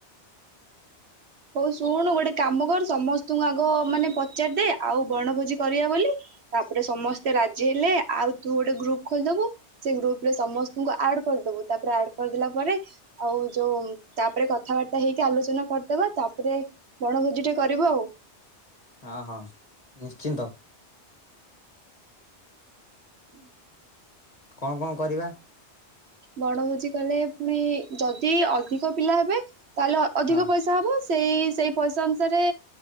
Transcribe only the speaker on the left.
ହଁ ହଁ ନିଶ୍ଚିନ୍ତ
କଣ କଣ କରିବା
ହଁ